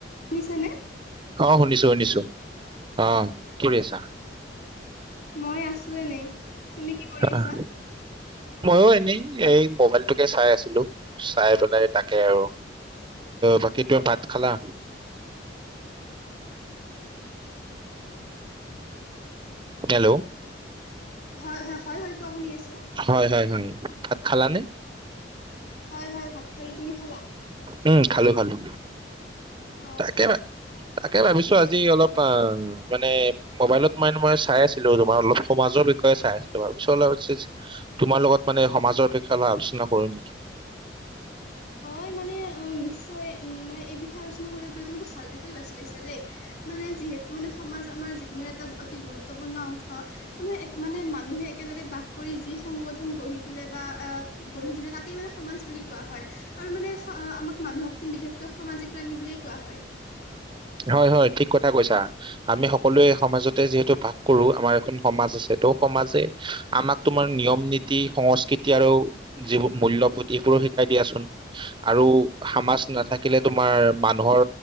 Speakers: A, on the left; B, on the right.
A: শুনিছেনে।
B: অ শুনিছো শুনিছো, অ কি কৰি আছা।
A: মই আছো এনে তুমি কি কৰি
B: আহ,
A: আছা।
B: ময়ো এনেই এই মোবাইলটোকে চাই আছিলো। চাই পেলাই তাকে আৰু, বাকীটো ভাত খালা। হেল্ল'
A: হয়-হয়-হয়-হয় কোৱা শুনি আছো।
B: হয় হয় ভাত খালা নে,
A: হয় হয় ভাত খালো, তুমি খালা,
B: উম, খালো-খালো,
A: অ
B: তাকে তাকে ভাবিছো আজি অলপ অ মানে মোবাইলত মানে মই চাই আছিলো। তোমাৰ অলপ সমাজৰ চাই আছিলোৰ পিছত তোমাৰ লগত মানে সমাজৰ বিষয়ে অলপ আলোচনা কৰো নেকি? অ <unintelligible>
A: হয় মানে অ' নিশ্চয় উ মানে এই বিষয়ে আলোচনা কৰিব। প্ৰতি তমো ভাল বিষয়ে বাছি লৈছা দেই। মানে যিহেতু মানে সমাজ আমাৰ জীৱনৰ এটা অতি গুৰুত্বপূৰ্ণ অংশ। মানে মানুহে এক একে বাস কৰি যি সংগঠন গঢ়ি তোলে বা আহ গঢ়ি তোলে তাকেই মানে সমাজ বুলি কোৱা হয়। আৰু মানে আমাক মানুহকোন বিশেষকৈ সামাজিক প্ৰাণী বুলিয়ে কোৱা হয়।
B: হয়-হয় ঠিক কথা কৈছা আমি সকলোৱে সমাজতে যিহেতু ভাগ কৰো। আমাৰ এখন সমাজ আছে। টো সমাজে আমাক তোমাৰ নিয়ম নীতি সংস্কৃতি আৰু যিবোৰ মূল্যবোধ এইবোৰ, মোকো শিকাই দিয়া চোন আৰু সামাজ নাথাকিলে তোমাৰ মানুহৰ